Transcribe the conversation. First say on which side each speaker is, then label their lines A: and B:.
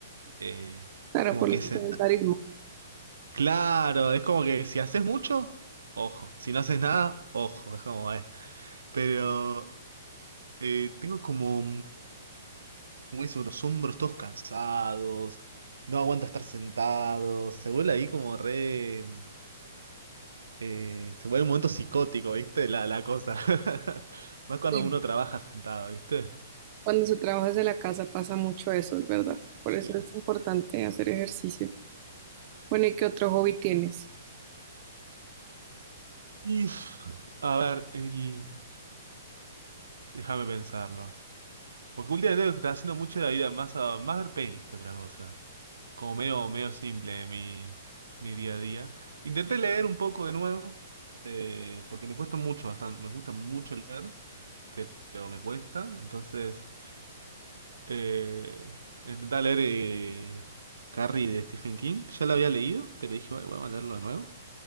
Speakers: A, on the right (about 80°); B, on the right (about 40°).
A: Eh,
B: Claro,
A: como
B: por
A: que
B: el
A: senta.
B: sedentarismo.
A: Claro, es como que si haces mucho, ojo. Si no haces nada, ojo. Es como, eh. Pero eh, tengo como. muy sobre los hombros, todos cansados, no aguanta estar sentados, se vuelve ahí como re... eh, se vuelve un momento psicótico, ¿viste? La, la cosa. <laughs> Más cuando
B: Sí.
A: uno trabaja sentado, ¿viste?
B: Cuando se trabaja desde la casa pasa mucho eso, es verdad. Por
A: Sí.
B: eso es importante hacer ejercicio. Bueno, ¿y qué otro hobby tienes?
A: Y... pff, A ver, y- déjame pensarlo. Porque últimamente lo que está haciendo mucho la vida más a más ver pelis que otra cosa. Como medio, medio simple mi, mi día a día. Intenté leer un poco de nuevo, eh, porque me cuesta mucho, bastante, me gusta mucho leer. pero me cuesta. Entonces, eh, intenté leer eh, Carrie de Stephen King. Ya lo había leído, pero dije, "Ay, voy a leerlo de nuevo.